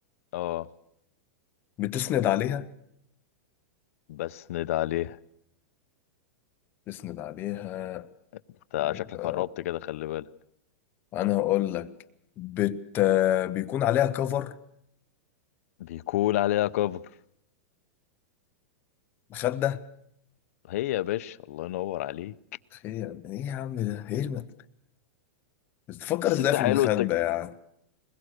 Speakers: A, on the left; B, on the left.
A: اه
B: بتسند عليها
A: بس ند عليها
B: بتسند عليها
A: انت
B: بيبقى
A: شكلك قربت كده خلي بالك
B: أنا هقول لك بت... بيكون عليها كفر
A: بيكون عليها كفر
B: مخدة
A: هي يا باشا الله ينور عليك
B: خير إيه يا عم ده إيه الم... <laughs> بتفكر
A: بس
B: إزاي
A: انت
B: في
A: حلو
B: المخدة
A: انت
B: يعني